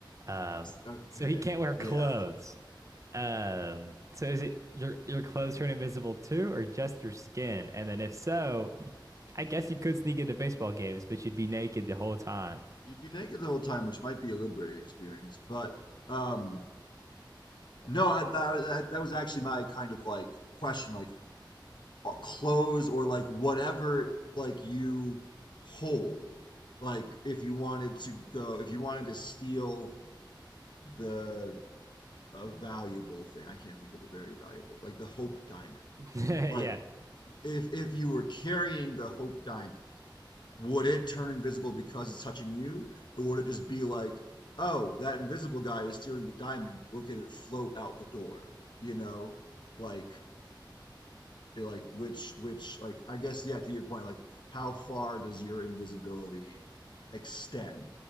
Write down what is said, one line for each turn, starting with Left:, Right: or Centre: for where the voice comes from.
Right: Um,
Left: Okay.
Right: so he can't wear clothes.
Left: Yeah.
Right: Um, so is it your your clothes turn invisible too, or just your skin? And then if so, you, I guess you could sneak into baseball games, but you'd be naked the whole time.
Left: You'd be naked the whole time, which might be a liberating experience. But um, no, I, that, that, that was actually my kind of like question, like uh, clothes or like whatever like you hold. Like if you wanted to go, if you wanted to steal the a valuable thing, I can't think of a very valuable, like the Hope Diamond.
Right: <laughs>
Left: Like
Right: Yeah.
Left: if if you were carrying the Hope Diamond would it turn invisible because it's touching you? Or would it just be like, oh, that invisible guy is stealing the diamond. Look at it float out the door. You know, like like which which like I guess yeah, to your point, like how far does your invisibility extend?